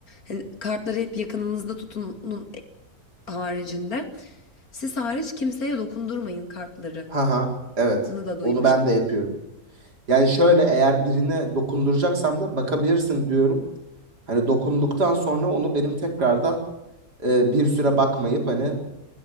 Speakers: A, on the left (about 60°); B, on the right (about 85°).
A: Hani kartları hep yakınınızda tutunun e, haricinde. Siz hariç kimseye dokundurmayın kartlarını
B: Haha. Evet.
A: da duymuştum.
B: Onu ben de yapıyorum. Yani şöyle eğer birine dokunduracaksam da bakabilirsin diyorum. Hani dokunduktan sonra onu benim tekrardan e, bir süre bakmayıp hani